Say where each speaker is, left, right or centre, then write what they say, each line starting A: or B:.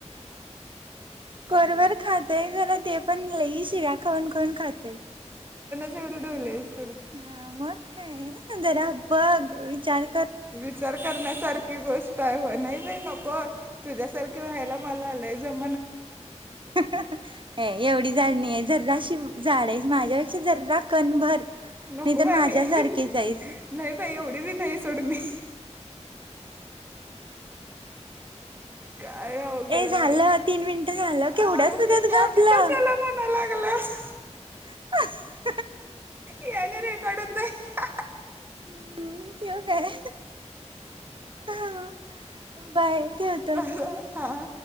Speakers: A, on the right; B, on the right.
A: कोरभर खातय खरं ते पण लई शिव्या खाऊन खाऊन खातोय.
B: केवढं ठेवलंयसं
A: हा मग? काय? जरा बघ चार
B: विचार करण्यासारखी गोष्ट आहे होय नाही बाई नको तुझ्यासा- सारखी व्हायला मला लई जम.
A: ऍ एवढी जाड नाहीये. जर्राशी जाड आहेस माझ्यापेक्षा जर्रा कणभर. नाही
B: नको
A: तर
B: बाई,
A: माझ्यासारखीच
B: मी नाही
A: आहेस.
B: बाई एवढी बी नाहीस. सोड मी काय अवघड
A: ए झालं
B: हाय बाबा
A: तीन मिनिटं झालं केवढ्याच
B: आओ
A: होत्यात
B: की हे
A: ग आपलं.
B: आणि कशाला म्हणाल्यास गलास
A: <inaudible>
B: याने रेकॉर्ड होतंय
A: हम्म ठेवू काय? हां बाय. ठेवतो.
B: हां